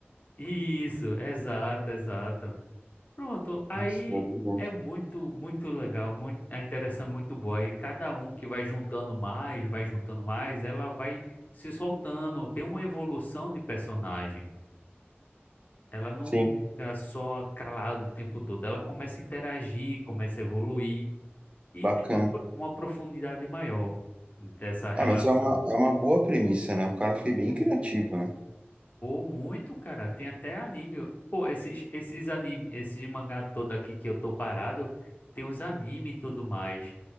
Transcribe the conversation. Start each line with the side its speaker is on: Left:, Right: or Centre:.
Left: Isso, exato, exato. Pronto, aí
Right: Nossa, ajuda.
Left: é muito, muito legal, muito, a interação é muito boa. E cada um que vai juntando mais, vai juntando mais, ela vai se soltando. Tem uma evolução de personagem. Ela não
Right: Sim,
Left: fica só calada o tempo todo. Ela começa a interagir, começa a evoluir e
Right: bacana.
Left: tem uma, pro- uma profundidade maior dessa relação.
Right: É, mas é uma, é uma boa premissa, né? O cara foi bem criativo, né?
Left: Pô, muito, cara. Tem até anime. Pô, esses, esses anime, esses mangá todo aqui que eu tô parado, tem os anime e tudo mais.